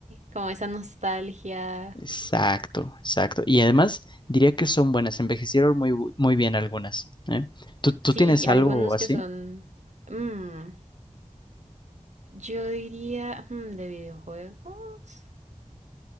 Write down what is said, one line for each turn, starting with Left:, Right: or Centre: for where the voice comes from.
Right: Como esa nostalgia.
Left: Exacto, exacto. Y además diría que son buenas, envejecieron muy, bu- muy bien algunas, ¿eh? ¿Tú,
Right: Sí,
Left: tú tienes
Right: y
Left: algo
Right: algunos
Left: así?
Right: que son. mm, yo diría. mm, ¿de videojuegos?